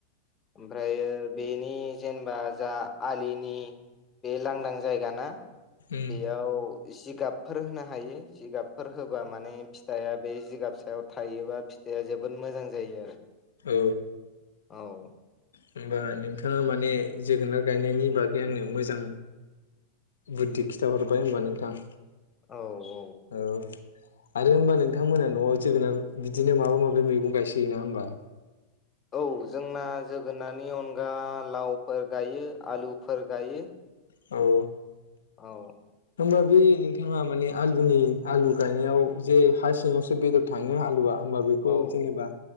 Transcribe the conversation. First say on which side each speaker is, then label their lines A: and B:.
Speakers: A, on the left (about 20°); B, on the left (about 65°).
A: ओमफ्रायो बेनि जेनेबा जा आलिनि बे लांदां जायगा ना
B: उम
A: बेयाव जिगाब फोर होनो हायो। जिगाबफोर होबा माने फिथाइआ बे जिगाब सायाव थायोबा फिथाइआ जोबोद मो मोजां जायो आरो।
B: औ।
A: औ
B: होम्बा नोंथाङा माने जोगोनार गायनायनि बागै आंनो मोजां बुद्धि खिथाहरबाय होमबा नोंथां।
A: औ-औ
B: औ आरो होम्बा नोंथांमोना न'आव जोगोनार बिदिनो माबा माबि मैगं गायसोयो नामा होमबा?
A: औ जोंना जोगोनारनि अनगा लावफोर गायो आलुफोर गायो।
B: औ
A: औ
B: होमबा बे नोंथाङा माने आलुनि आलु गायनायाव जे हा सिङावसो बेदर थाङो आलुआ होम्बा बेखौ
A: औ
B: जेनेबा